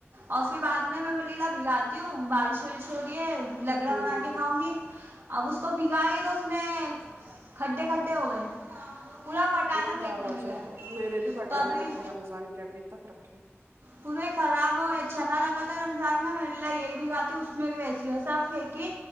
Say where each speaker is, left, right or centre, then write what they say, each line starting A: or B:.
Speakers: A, on the right; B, on the right.
A: اور پھر بعد میں میں بولی لاؤ بھگاتی ہوں بارش وارش ہو رہی ہے لگڑا
B: ہوں
A: بنا کے کھاؤں گی اب اس کو بگھائی تو اس میں کھڈے کھڈے ہو گئے پورا وٹانا
B: خراب
A: پھینکنے
B: ہو
A: میں گیا
B: جاتے میرے بھی بٹانے
A: تو ابھی
B: رکھے رمضان کے ابھی تک رکھے
A: پورے خراب ہوئے چھنا رکھا تھا رمضان گ لہ یہی بگھاتی اس میں بھی ویسی ہے سب پھینکی